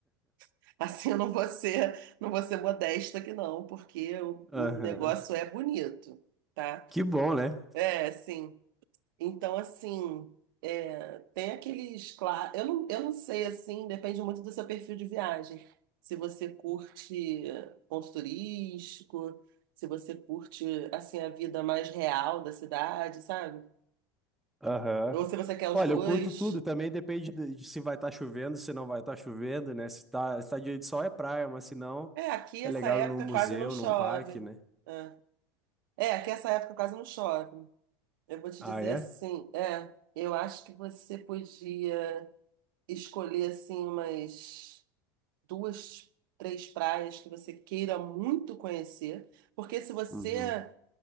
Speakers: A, on the right; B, in the centre.
A: <laughs> Assim, eu não vou ser, não vou ser modesta aqui, não, porque o,
B: Aham.
A: o negócio é bonito, tá?
B: Que bom, né?
A: É, sim. Então, assim, é, tem aqueles, claro, eu não, eu não sei, assim, depende muito do seu perfil de viagem. Se você curte ponto turístico, se você curte, assim, a vida mais real da cidade, sabe?
B: Aham.
A: Ou se você quer os
B: Olha,
A: dois.
B: eu curto tudo, também depende de, de se vai estar chovendo, se não vai estar chovendo, né? Se tá, se tá dia de sol é praia, mas se não,
A: É, aqui
B: é
A: essa
B: legal
A: época
B: ir num museu,
A: quase não chove.
B: num parque, né?
A: É, é aqui essa época quase não chove. Eu vou te
B: Ah,
A: dizer
B: é?
A: assim, é, eu acho que você podia escolher, assim, umas... duas, três praias que você queira muito conhecer, porque se você
B: Uhum.